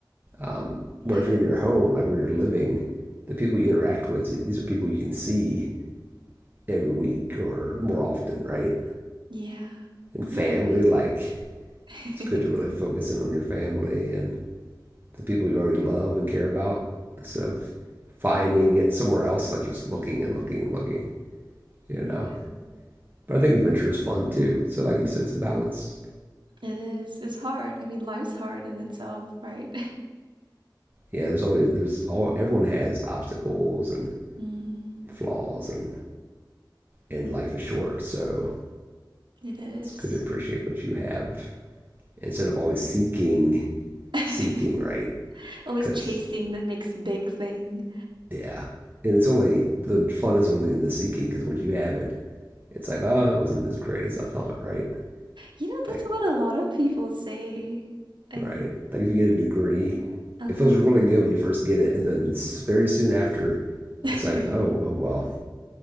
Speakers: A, on the right; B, on the right.
A: um, where
B: Yeah.
A: if you're in your home, like where you're living, the people you interact with, you, these are people you can see every week or more often, right?
B: Yeah.
A: And family,
B: You're right.
A: like
B: <laughs>
A: it's good to really focus in on your family and the people you already love and care about instead of finding it somewhere else, like just looking and looking and looking, you know.
B: Yeah.
A: But I think adventure is fun too. So like you said, it's a balance.
B: It is. It's hard. I mean, life's hard in itself, right? <laughs>
A: Yeah, there's always there's all everyone has obstacles and
B: Mm,
A: flaws and and life is short, so
B: it is.
A: it's good to appreciate what you have instead of always seeking
B: <laughs>
A: seeking, right?
B: Always
A: Because
B: chasing the next big thing.
A: Yeah. And it's only the fun is only in the seeking because once you have it, it's like, oh, it wasn't as great as I thought, right?
B: You know, that's
A: Like,
B: what a lot of people say. Like,
A: right? Like if you get a degree,
B: uh-huh.
A: it feels really good when you first get it, and then very soon after,
B: <laughs>
A: it's like, oh, oh well,